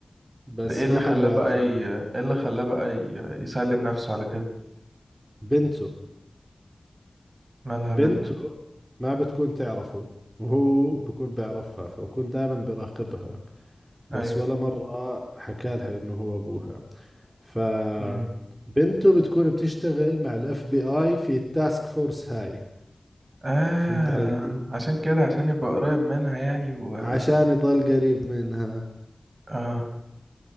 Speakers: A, on the right; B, on the right.
A: بس
B: ده إيه اللي
A: ما
B: خلاه
A: حدا بيعرف
B: بقى
A: عنها
B: ي... إيه اللي خلاه بقى ي... يسلم نفسه على كده
A: بنته
B: مالها
A: بنته
B: بنته
A: ما بتكون تعرفه وهو بكون بيعرفها فبكون دائما بيراقبها بس
B: أيوة
A: ولا مرة حكى لها انه هو ابوها ف
B: أمم
A: بنته بتكون بتشتغل مع الاف بي اي في التاسك فورس هاي
B: آه
A: فهمت علي كيف
B: عشان كده عشان يبقى قريب منها يعني و...
A: عشان يضل قريب منها
B: آه